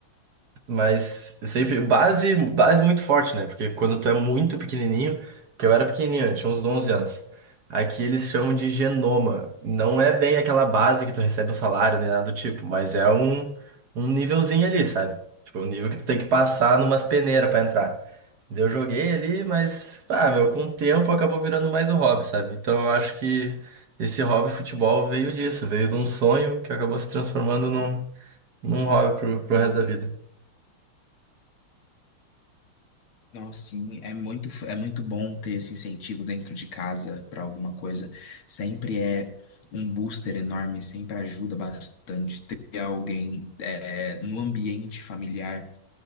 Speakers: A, on the right; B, on the left.
A: Mas sempre base, base muito forte, né? Porque quando tu é muito pequenininho, que eu era pequenininho, eu tinha uns 11 anos. Aqui eles chamam de genoma. Não é bem aquela base que tu recebe um salário nem nada do tipo, mas é um, um nívelzinho ali, sabe? Tipo, um nível que tu tem que passar numas peneiras pra entrar. Daí Eu joguei ali, mas, ah, meu, com o tempo acabou virando mais um hobby, sabe? Então eu acho que esse hobby futebol veio disso, veio de um sonho que acabou se transformando num, num hobby pro, pro resto da vida.
B: Não, sim, é muito, é muito bom ter esse incentivo dentro de casa para alguma coisa. Sempre é um booster enorme, sempre ajuda bastante ter alguém é, no ambiente familiar